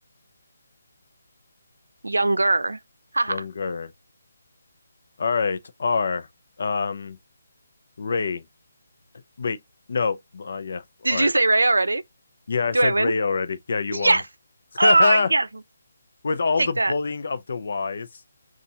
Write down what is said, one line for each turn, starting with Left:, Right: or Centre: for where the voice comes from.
Right: younger. Haha.
Left: Younger. All right. R. Um. Ray. Wait. No. Uh, yeah.
Right: <laughs>
Left: All
Right: Did
Left: right.
Right: you say Ray already?
Left: Yeah, I said
Right: Do I win?
Left: Ray already. Yeah, you
Right: Yes.
Left: won. <laughs>
Right: Oh,
Left: with
Right: yes.
Left: all
Right: Take
Left: the bullying
Right: that.
Left: of the Y's.